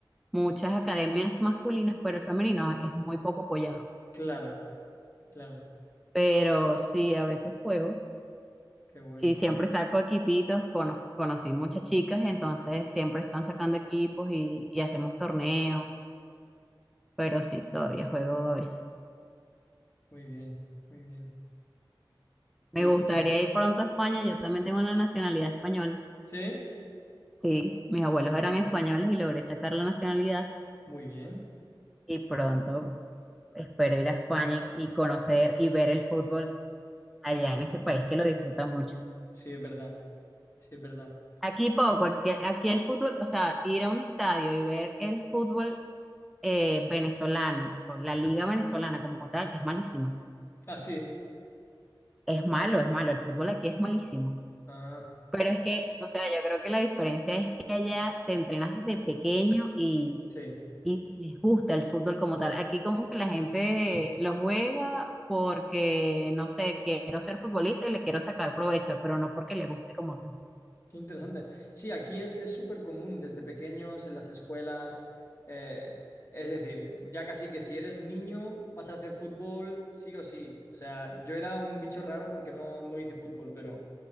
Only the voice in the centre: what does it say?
muchas academias masculinas, pero el femenino es muy poco apoyado.
Pero sí, a veces juego.
Sí, siempre saco equipitos, cono- conocí muchas chicas, entonces siempre están sacando equipos y, y hacemos torneos, pero sí, todavía juego a veces.
Me
gustaría ir pronto a España, yo también tengo la nacionalidad española.
Sí, mis abuelos eran españoles y logré sacar la nacionalidad
y pronto espero ir a España y y conocer y ver el fútbol allá en ese país que lo disfruta mucho.
Aquí poco, aquí, aquí el fútbol, o sea, ir a un estadio y ver el fútbol eh, venezolano, o la liga venezolana como tal, es malísima.
Es malo, es malo, el fútbol aquí es malísimo.
Pero es que, o sea, yo creo que la diferencia es que allá te entrenas desde pequeño y
y les gusta el fútbol como tal. Aquí como que la gente lo juega porque, no sé, quiero ser futbolista y le quiero sacar provecho, pero no porque le guste como tal.